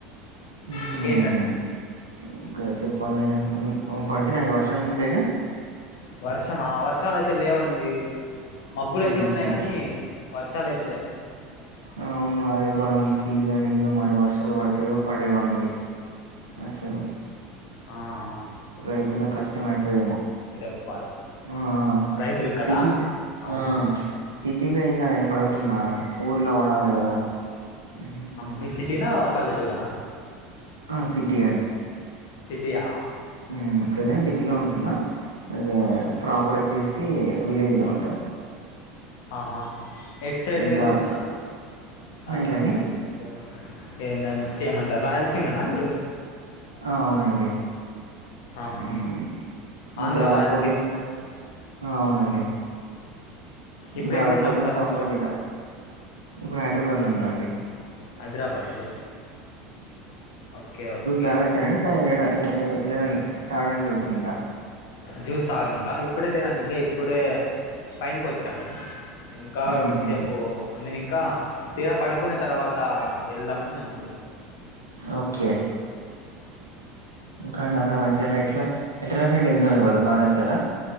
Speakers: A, on the right (about 90°); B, on the left (about 65°).
A: హ్మ్
B: ఇంకేంటండి
A: ఇంకా చెప్పాలండి పడుతున్నయండి వర్షాలు మీ సైడు
B: వర్షమా వర్షాలు అయితే లేవండి మబ్బులయితే
A: ఉహుం.
B: ఉన్నాయి కానీ వర్షాలు అయితే లే
A: అవును అదే ప్రాబ్లమ్ ఈ సీజన్ ఏందో మరి వర్షాలు పడతయో పడయో అండి అసలు
B: ఆ ఆ
A: రైతులకి కష్టంమైతదేమో
B: ఒక బాధ
A: ఆ
B: రైతులు కదా
A: సిటీలనే
B: అవునవును
A: ఆ సిటీలో ఏం కాదాయే పడకున్న ఊర్ల పడాలె కదా మ్మ్.
B: మీది సిటీనా పల్లెటూరా
A: ఆ సిటీ
B: సిటీయా
A: ఉమ్ ప్రెజెంట్ సిటీలో ఉంటున్న ఇది
B: ఆ
A: ప్రాపర్ వచ్చేసి విలేజీలో ఉంటాను
B: ఆహా ఎటు సైడ్ మీరుంద
A: జాబ్
B: ఆ
A: ఏంటండి
B: అయి ఏందంట్ ఏమంటరు రాయలసీమేనా మీరు
A: ఆ అవునండి
B: ఆహా
A: ఉమ్ ఈ
B: ఆంధ్ర
A: జాబ్
B: రాయలసీమ
A: కోసం ఇంగ అవునండి
B: ఇప్పుడు
A: జాబ్
B: ఎక్కడున్నారు
A: కోసం
B: ప్రస్తుతం
A: తప్పదు ఇగ ఇప్పుడు హైదరాబాద్లో ఉన్నా అండి
B: హైదరాబాద్లో ఓకే ఓకే
A: తాగొచ్చారా అండి తాగి ఏ ఏ తాగడానికెళ్తుండా
B: జ్యూస్ తాగనికా ఇప్పుడే లేదండి ఇంకా ఇప్పుడే పైనకి వచ్చాను ఇంకా
A: ఉహు
B: కొంతసేపు ఉండేది ఇంకా తీర పడుకున్న తర్వాత వెళ్దామని అనుకుంటున్న
A: ఓకే ఇంకా అండి అంత మంచిగనే ఎట్ల ఎట్ల రాసారండి ఎగ్జామ్ ఇవాళ బాగా రాసారా